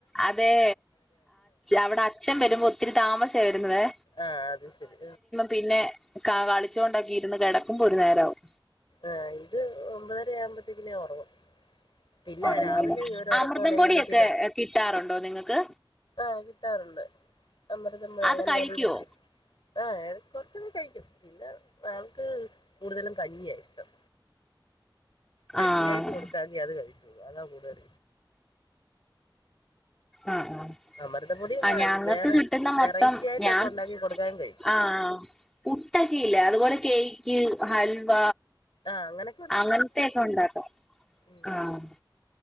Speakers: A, in the centre; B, on the left.
A: അതെ അവിടെ അച്ഛൻ വരുമ്പോ ഒത്തിരി താമസാ വരുന്നതെ
B: ആഹ് അത് ശരി
A: പിന്നെ കാ കളിച്ചോണ്ടൊക്കെ ഇരുന്ന് കിടക്കുംപോ ഒരു നേരമാവും
B: ആഹ് ഇത് ഒമ്പതര ആവുമ്പത്തേക്കിനും ഉറങ്ങും പിന്നെ
A: ഉറങ്ങുവല്ല
B: രാവിലെ ഈ ഒര് ഒറക്കം
A: അമൃതം
B: ഒറങ്ങി
A: പൊടിയൊക്കെ
B: കഴിഞ്ഞ പിന്ന
A: കിട്ടാറുണ്ടോ നിങ്ങക്ക്
B: ആഹ് കിട്ടാറുണ്ട് അമൃതം പൊടിയും
A: അത്
B: അംഗൻവാടിന്ന്
A: കഴിക്കുവോ
B: കിട്ടും ആഹ് കുറച്ചൊക്കെ കഴിക്കും പിന്നെ ആൾക്ക് കൂടുതലും കഞ്ഞിയാ ഇഷ്ടം കഞ്ഞിയായിട്ട്
A: ആഹ്
B: കൊടുക്കാങ്കി അത് കഴിച്ചോളും അതാ കൂടുതൽ
A: ആഹ് ആഹ്
B: അമൃതംപൊടി
A: ആഹ് ഞങ്ങൾക്ക്
B: വേറെ
A: കിട്ടുന്ന മൊത്തം
B: വെറൈറ്റി ആയിട്ടൊക്കെ
A: ഞാൻ
B: ഉണ്ടാക്കി കൊടുക്കാനും കഴിക്കും
A: ആഹ് പുട്ടൊക്കെ ഇല്ലേ അതുപോലെ കേക്ക്, ഹൽവ
B: ആഹ് അങ്ങനെ
A: അങ്ങൻത്തെക്കെണ്ടാക്കാ,
B: ഉം
A: ആഹ്,